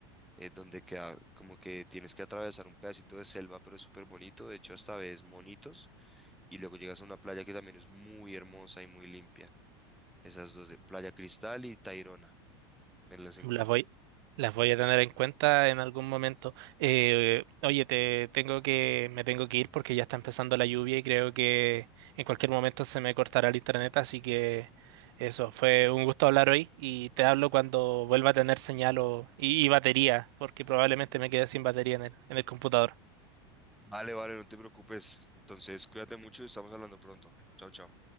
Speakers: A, in the centre; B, on the right.
A: eh, donde queda como que tienes que atravesar un pedacito de selva, pero es súper bonito, de hecho hasta ves monitos y luego llegas a una playa que también es muy hermosa y muy limpia. Esas dos de Playa Cristal y Tayrona, tenlas en
B: Las
A: cuenta.
B: voy, las voy a tener en cuenta en algún momento. Eh, oye, te tengo que, me tengo que ir porque ya está empezando la lluvia y creo que en cualquier momento se me cortará el internet, así que eso, fue un gusto hablar hoy y te hablo cuando vuelva a tener señal o- y, y batería, porque probablemente me quede sin batería en el, en el computador.
A: Vale, vale, no te preocupes. Entonces, cuídate mucho y estamos hablando pronto. Chao, chao.